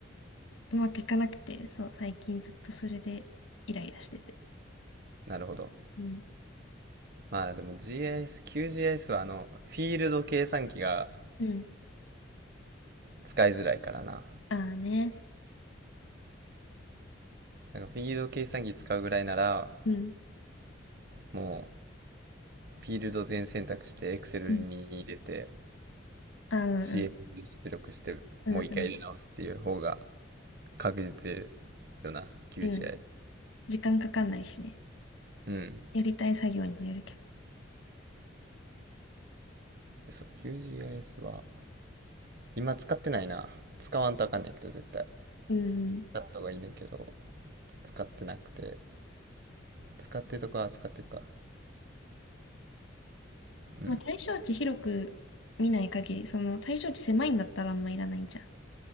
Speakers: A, on the left; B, on the right.
A: うまくいかなくて、そう、最近ずっとそれでイライラしてて。
B: なるほど
A: うん。
B: まあでも g s QGIS はあの、フィールド計算機が
A: うん。
B: 使いづらいからな。
A: ああね。
B: なんかフィールド計算機使うぐらいなら、
A: うん。
B: もうフィールド全選択して Excel
A: うん。
B: に入れて
A: ああ、うんうん。
B: CS に出力してもう一回入れ直すっていう方が
A: うんうん。
B: 確実よな、QGIS。
A: うんうん。時間かかんないしね。
B: うん。
A: やりたい作業にもよるけど。
B: そう、QGIS は今使ってないな。使わんとあかんねんけど、絶対。
A: うんうん。
B: 使った方がいいねんけど、使ってなくて。使ってるとこは使ってるか。うん。
A: まあ、対象値広く見ない限り、その対象値狭いんだったらあんまいらないんじゃん。